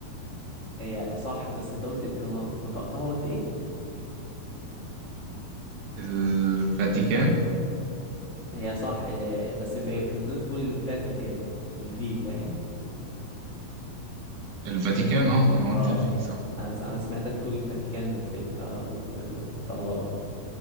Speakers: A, on the left; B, on the right.
A: هي صح بس انت قلت انت نطقتها قلت ايه
B: الفاتيكان
A: هي صح هي- بس ب- بتتنطق تقول الفاتيكان بالفي فاهم
B: الفاتيكان اه أنا
A: اه
B: قلت في صح
A: انا س- انا سمعتك بتقول الفاتيكان بالف فقلت تنطق غلط